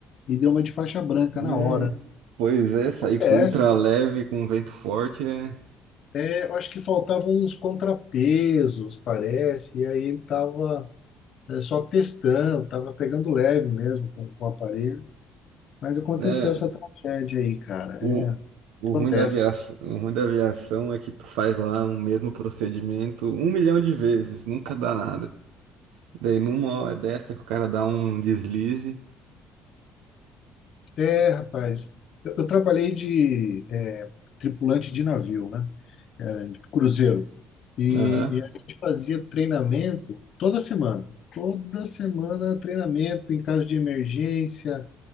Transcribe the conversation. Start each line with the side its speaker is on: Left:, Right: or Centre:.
Left: e, e deu uma de faixa branca
Right: É,
Left: na hora.
Right: pois é,
Left: Acontece.
Right: sair com ultra leve, com vento forte é,
Left: É, eu acho que faltavam uns contrapesos, parece, e aí ele estava só testando, estava pegando leve mesmo com, com o aparelho. Mas aconteceu
Right: né,
Left: essa tragédia aí, cara.
Right: o,
Left: É,
Right: o
Left: acontece.
Right: ruim da aviação, o ruim da aviação é que tu faz lá o mesmo procedimento um milhão de vezes, nunca dá nada. Daí numa hora dessa que o cara dá um deslize.
Left: É, rapaz, eu, eu trabalhei de é, tripulante de navio, né? Era de cruzeiro. E,
Right: Aham.
Left: e a gente fazia treinamento toda semana. Toda semana treinamento em caso de emergência,